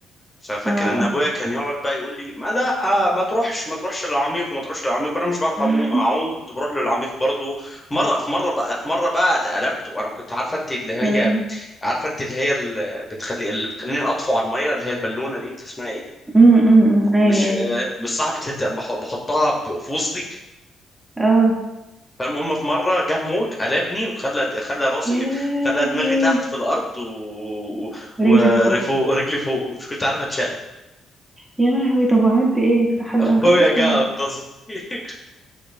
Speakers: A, on the left; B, on the right.
A: ففاكر
B: اه
A: ان ابويا كان يقعد بقى يقول لي ما لا آه، ما تروحش ما تروحش للعميق وما تروحش للعميق وانا مش بعرف
B: <laughs>
A: أمو- اعوم كنت بروح له للعميق برضه مره في مره بقى في مره بقى اتقلبت وانا كنت عارفه انت اللي هي
B: ايوه
A: عارفه انت اللي هي اللي بتخلي اللي بتخليني اطفو على الميه اللي هي البالونه دي اللي اسمها ايه
B: امم أمم، أمم. ايوه
A: مش
B: ايوه
A: آه، مش صاحبة الت- بح- بحطها ب- في وسطي
B: اه
A: فالمهم في مرة جه موج قلبني وخلى خلى راسي
B: يا لهوي
A: خلى دماغي تحت في الأرض و...
B: رجلك
A: ورجلي
B: فوق
A: فوق مش كنت عارف أتشال
B: يا لهوي طب وعملت ايه أنت
A: <laughs>
B: حد
A: أخويا
B: انقذك
A: جه
B: ولا
A: أنقذني <laughs>